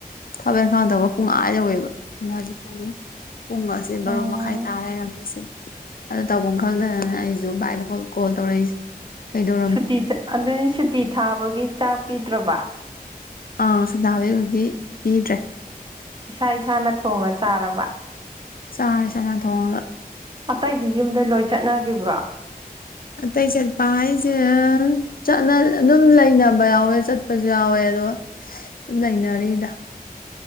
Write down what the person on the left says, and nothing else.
ꯊꯥꯕꯛ ꯏꯪꯀꯥꯡꯗꯧꯕ ꯄꯨꯡ ꯑꯥ ꯌꯧꯋꯦꯕ ꯑꯩꯅ ꯍꯧꯖꯤꯛ ꯄꯨꯡ ꯄꯨꯡ ꯀꯁꯦ ꯕꯥꯔꯣ
ꯃꯈꯥꯏ ꯇꯥ ꯂꯩꯔꯝꯃꯤꯁꯦ ꯑꯗꯨ ꯇꯧꯐꯝ ꯈꯪꯗꯗꯅ ꯑꯩꯁꯨ ꯚꯥꯏꯗ ꯀꯣꯜ ꯇꯧꯔꯛꯏꯁꯤꯅꯤ ꯀꯩꯗꯧ
ꯑꯥ ꯁꯨꯇꯤ ꯊꯥꯕꯒꯤ ꯑꫭꯏꯗꯤ ꯄꯤꯗ꯭ꯔꯦ
ꯆꯥꯔꯦ ꯆꯥꯅ ꯊꯣꯡꯉꯒ
ꯑꯇꯩ ꯆꯠꯄ ꯍꯥꯏꯁꯦ ꯆꯠꯅ ꯑꯗꯨꯝ ꯂꯩꯅꯕ ꯌꯥꯎꯋꯦ ꯆꯠꯄꯁꯨ ꯌꯥꯎꯋꯦ ꯑꯗꯣ ꯂꯩꯅꯔꯤꯗ